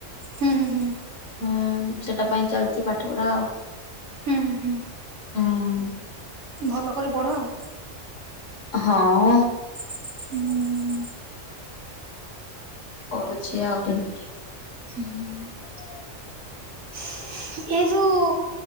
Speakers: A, on the right (about 60°); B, on the left (about 75°).
A: ହୁଁ ହୁଁ ହୁଁ।
B: ହୁଁ ସେଟା ପାଇଁ ଚାଲଚି ପାଠପଢା ଆଉ।
A: ହୁଁ ହୁଁ ହୁଁ।
B: ହୁଁ।
A: ଭଲ କରି ପଢ ଆଉ।
B: ହଁ।
A: ହୁଁ।
B: <unintelligible>
A: ହୁଁ <inaudible> ଏ ଯୋଉ